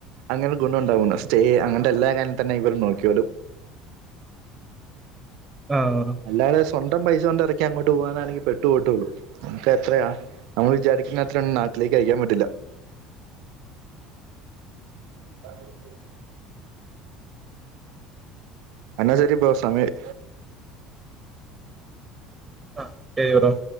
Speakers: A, on the right (about 70°); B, on the right (about 15°).
A: അങ്ങനെ ഗുണണ്ടാവുണ സ്റ്റേ അങ്ങൻത്തെ എല്ലാ <unintelligible> തന്നെ ഇവർ നോക്ക്യോലും.
B: ആഹ്.
A: അല്ലാത സ്വന്തം പൈസ കൊണ്ട് ഇറക്കി അങ്ങോട്ട് പോകുവാന്നാണെ പെട്ടുപോട്ടുള്ളു മുക്ക് എത്രയാ? അമ്മൾ വിചാരിക്കുന്നത്ര നാട്ടിലേക്കയക്കാൻ പറ്റില്ല. <unintelligible> എന്നാ ശരിപ്പ സമയ-
B: അ <unintelligible>